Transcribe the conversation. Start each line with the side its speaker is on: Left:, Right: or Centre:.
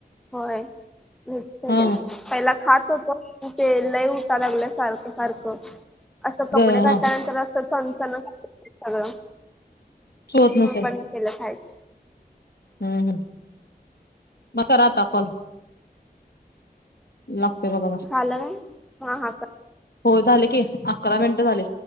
Centre: होय वेट करिन
Left: हा
Centre: पहिला खात. ते उठा लागलं सारखं सारखं असं कपडे
Left: हा
Centre: घटल्यानंतर अस. सण सण होती सगळं
Left: होत
Centre: मग
Left: नसेल
Centre: बंद केलं खायचं.
Left: हम्म हम् म का राहता. कॉल लाव. बघा
Centre: झालं काय हा हा कर
Left: हो झाले की अकरा मिनिट झाले.